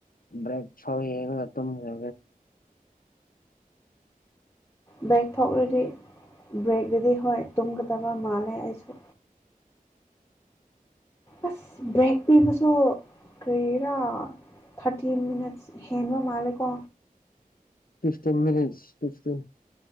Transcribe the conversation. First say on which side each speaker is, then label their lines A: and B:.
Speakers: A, on the left; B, on the left.
A: ꯕ꯭ꯔꯦꯛ ꯐꯥꯎ ꯌꯦꯒꯒ ꯇꯝꯒ
B: ꯕ꯭ꯔꯦꯛ ꯊꯣꯛꯂꯗꯤ ꯕ꯭ꯔꯦꯛꯇꯨꯗꯤ ꯍꯣꯏ ꯇꯨꯝꯒꯗꯕ ꯃꯥꯜꯂꯦ ꯑꯩꯁꯨ ꯑꯁ ꯕ꯭ꯔꯦꯛ ꯄꯤꯕꯁꯨ ꯀꯩꯔꯥ ꯊꯥꯔꯇꯤ ꯃꯤꯅꯠꯁ ꯍꯦꯟꯕ ꯃꯥꯜꯂꯦꯀꯣ
A: ꯐꯤꯐꯇꯤꯟ ꯃꯤꯅꯤꯖ ꯐꯤꯐꯇꯤꯟ